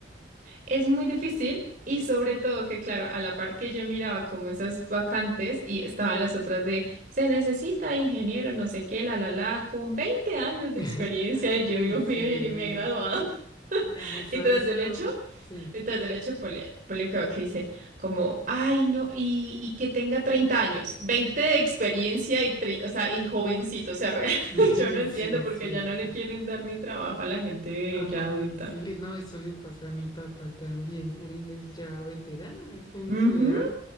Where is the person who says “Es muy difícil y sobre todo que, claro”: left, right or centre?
Right